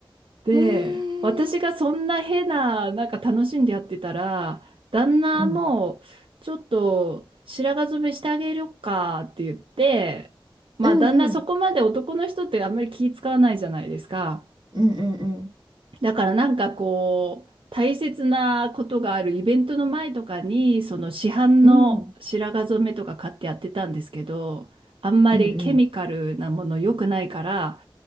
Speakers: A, on the right; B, on the right.
A: で、
B: へえ。
A: 私がそんな変な、なんか楽しんでやってたら、旦那も、
B: うん。
A: ちょっと白髪染めしてあげるかって言って、まあ旦那そこまで男の人ってあんまり気使わないじゃないですか。
B: うんうん。うんうん
A: だからなんかこう、大切なことがあるイベントの前とかに、その市販の白髪染めとか買ってやってたんですけど、
B: うん。うん。
A: あんまりケミカルなもの良くないから、
B: うんうん